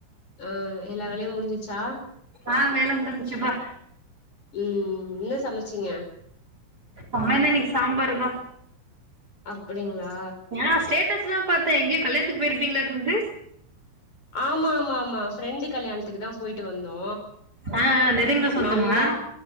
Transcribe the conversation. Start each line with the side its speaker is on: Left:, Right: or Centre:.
Left: ம் எல்லா வேலையு முடிஞ்சிர்ச்சா
Right: ஆ வேல முடிஞ்ச்சிப்பா
Left: ம் என்ன சமச்சீங்க
Right: பா என்ன இன்னிக் சம்பாரு தா
Left: அப்படிங்ளா
Right: ஏ ஸ்டேட்டஸ்ல்லா பாத்தே எங்யோ கல்யாண்த்துக் போய்ருப்பீங்களாட்ருக்து
Left: ஆமா ஆமா ஆமா ஃப்ரெண்டு கல்யாண்த்துக்கு தா போய்ட்டு வந்தோ
Right: ஆ ஆ நெருங்குன சொந்தமா
Left: நல்லா